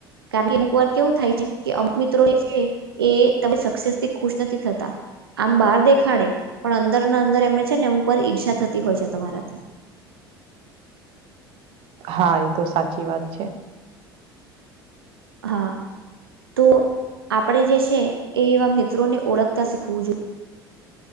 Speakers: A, on the right; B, on the right.
A: કારણ કે અમુક વાર કેવું થાય છે કે અમુક મિત્રો એ છે એ તમે સક્સેસ થી ખુશ નથી થતા આમ બહાર દેખાડે પણ અંદર ના અંદર એમને છે ને એમ ઉપર ઈર્ષા થતી હોય છે તમારાથી
B: હા એ તો સાચી વાત છે
A: હા તો આપણેે જે છે એ એવા મિત્રોને ઓળખતા શીખવું જોઈએ